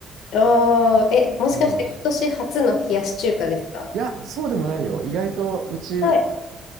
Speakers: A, on the left (about 85°); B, on the right (about 70°).
A: あー、え、もしかして今年初の冷やし中華ですか
B: うん。いや、そうでもないよ。意外と、うち、
A: はい。